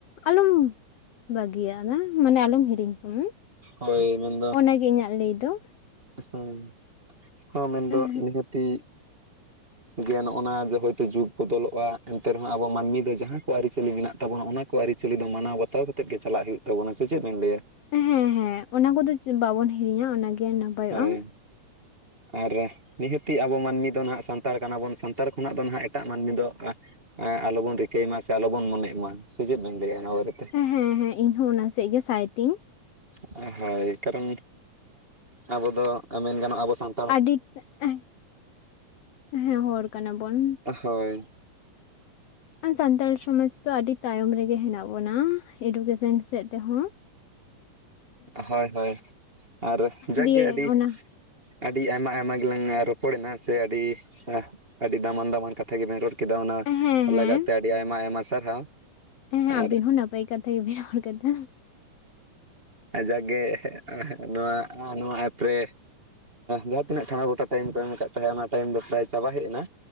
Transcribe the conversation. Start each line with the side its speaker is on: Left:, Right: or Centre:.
Left: ᱟᱞᱚᱢ ᱵᱷᱟᱹᱜᱤᱭᱟᱜᱼᱟ ᱢᱟᱱᱮ ᱟᱞᱚᱢ ᱦᱤᱲᱤᱧ ᱛᱟᱢᱟ
Right: ᱦᱳᱭ ᱢᱮᱱᱫᱚ
Left: ᱚᱱᱟᱜᱮ ᱤᱧᱟᱹᱜ ᱞᱟᱹᱭ ᱫᱚ᱾
Right: ᱦᱮᱸ, ᱦᱚᱸ ᱢᱮᱱᱫᱚ
Left: ᱦᱮᱸ
Right: ᱱᱤᱦᱟᱹᱛᱤ
Left: <unintelligible>
Right: ᱜᱮ ᱱᱚᱜᱼᱚ ᱡᱮ ᱦᱳᱭᱛᱳ ᱡᱩᱜᱽ ᱵᱚᱫᱚᱞᱚᱜᱼᱟ ᱮᱱᱛᱮ ᱨᱮᱦᱚᱸ ᱟᱵᱚ ᱢᱟᱹᱱᱢᱤ ᱫᱚ ᱡᱟᱦᱟᱸ ᱠᱚ ᱟᱹᱨᱤᱪᱟᱹᱞᱤ ᱢᱮᱱᱟᱜ ᱛᱟᱵᱚᱱᱟ ᱚᱱᱟ ᱠᱚ, ᱠᱚ ᱟᱹᱨᱤᱪᱟᱹᱞᱤ ᱫᱚ ᱢᱟᱱᱟᱣ ᱵᱟᱛᱟᱣ ᱠᱟᱛᱮᱫ ᱜᱮ ᱪᱟᱞᱟᱜ ᱦᱩᱭᱩᱜ ᱛᱟᱵᱚᱱᱟ ᱥᱮ ᱪᱮᱫ ᱵᱮᱱ ᱞᱟᱹᱭᱟ?
Left: ᱦᱮᱸ ᱦᱮᱸ ᱚᱱᱟ ᱠᱚᱫᱚ ᱵᱟᱵᱚᱱ ᱦᱤᱲᱤᱧᱟ ᱚᱱᱟᱜᱮ ᱱᱟᱯᱟᱭᱚᱜᱼᱟ
Right: ᱦᱳᱭ, ᱟᱨ ᱱᱤᱦᱟᱹᱛᱤ ᱟᱵᱚ ᱢᱟᱹᱱᱢᱤ ᱫᱚ ᱱᱟᱦᱟᱜ ᱥᱟᱱᱛᱟᱲ ᱠᱟᱱᱟ ᱵᱚᱱ ᱥᱟᱱᱛᱟᱲ ᱠᱷᱚᱱᱟᱜ ᱫᱚ ᱱᱟᱦᱟᱜ ᱮᱴᱟᱜ ᱢᱟᱹᱱᱢᱤ ᱫᱚ, ᱟᱞᱚᱵᱚᱱ ᱨᱤᱠᱟᱹᱭ ᱢᱟ ᱥᱮ ᱟᱞᱚᱵᱚᱱ ᱢᱚᱱᱮᱜ ᱢᱟ ᱥᱮ ᱪᱮᱫ ᱵᱮᱱ ᱞᱟᱹᱭᱟ ᱚᱱᱟ ᱵᱟᱨᱮᱛᱮ?
Left: ᱦᱮᱸ ᱦᱮᱸ ᱤᱧ ᱦᱚᱸ ᱚᱱᱟ ᱥᱮᱫ ᱜᱮ ᱥᱟᱭ ᱛᱤᱧ᱾
Right: ᱦᱳᱭ ᱠᱟᱨᱚᱱ ᱟᱵᱚ ᱫᱚ ᱢᱮᱱ ᱜᱟᱱᱚᱜᱼᱟ ᱟᱵᱚ ᱥᱟᱱ
Left: ᱟᱹᱰᱤ <inaudible> ᱦᱮᱸ ᱦᱚᱲ ᱠᱟᱱᱟ ᱵᱚᱱ᱾
Right: ᱦᱳᱭ
Left: ᱥᱟᱱᱛᱟᱲ ᱥᱚᱢᱟᱡᱽ ᱫᱚ ᱟᱹᱰᱤ ᱛᱟᱭᱚᱢ ᱨᱮᱜᱮ ᱦᱮᱱᱟᱜ ᱵᱚᱱᱟ᱾ ᱮᱰᱩᱠᱮᱥᱮᱱ ᱥᱮᱫ ᱛᱮᱦᱚᱸ,
Right: ᱦᱳᱭ ᱦᱳᱭ ᱟᱨ ᱡᱟᱜ
Left: ᱫᱤᱭᱮ
Right: ᱜᱮ ᱟᱹᱰᱤ
Left: ᱚᱱᱟ
Right: ᱟᱹᱰᱤ ᱟᱭᱢᱟ ᱟᱭᱢᱟ ᱜᱮᱞᱟᱝ ᱨᱚᱯᱚᱲᱮᱱᱟ ᱥᱮ ᱟᱹᱰᱤ, ᱟᱹᱰᱤ ᱫᱟᱢᱟᱱ ᱫᱟᱢᱟᱱ ᱠᱟᱛᱷᱟ ᱜᱮᱵᱮᱱ ᱨᱚᱲ ᱠᱮ ᱠᱮᱫᱟ ᱚᱱᱟ
Left: ᱦᱮᱸ ᱦᱮᱸ
Right: ᱞᱟᱜᱟᱫ ᱛᱮ ᱟᱹᱰᱤ ᱟᱭᱢᱟ ᱟᱭᱢᱟ ᱥᱟᱨᱦᱟᱣ᱾
Left: ᱦᱮᱸ
Right: ᱟᱨ
Left: ᱟᱵᱤᱱ ᱦᱚᱸ ᱱᱟᱯᱟᱭ ᱠᱟᱛᱷᱟ ᱜᱮᱵᱤᱱ ᱨᱚᱲ ᱠᱮᱫᱟ᱾
Right: ᱡᱟᱠ ᱜᱮ ᱱᱚᱣᱟ, ᱱᱚᱣᱟ ᱮᱯ ᱨᱮ ᱡᱟᱦᱟᱸ ᱛᱤᱱᱟᱹᱜ <unintelligible> ᱜᱚᱴᱟ ᱴᱟᱭᱤᱢ ᱠᱚ ᱮᱢ ᱠᱟ ᱛᱟᱦᱮᱸᱫ ᱚᱱᱟ ᱴᱟᱭᱤᱢ ᱫᱚ ᱯᱨᱟᱭ ᱪᱟᱵᱟ ᱦᱮᱡ ᱮᱱᱟ᱾